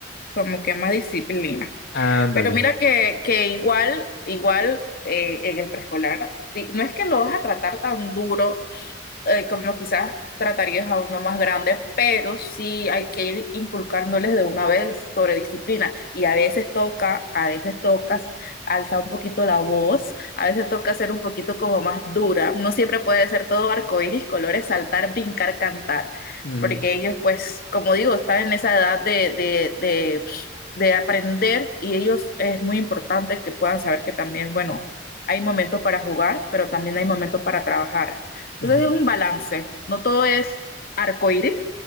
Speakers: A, on the left; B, on the left.
A: como que más disciplina.
B: Ándale.
A: Pero mira que, que igual, igual eh, en el preescolar, sí, no es que lo vas a tratar tan duro, eh, como quizás tratarías a uno más grande, pero sí hay que ir inculcándoles de una vez sobre disciplina. Y a veces toca, a veces tocas alzar un poquito la voz, a veces toca ser un poquito como más dura. No siempre puede ser todo arcoíris, colores, saltar, brincar, cantar.
B: Ujú,
A: Porque ellos, pues, como digo, están en esa edad de, de, de de aprender y ellos es muy importante que puedan saber que también, bueno, hay momentos para jugar, pero también hay momentos para trabajar. Entonces
B: ujú.
A: es un balance, no todo es arcoíris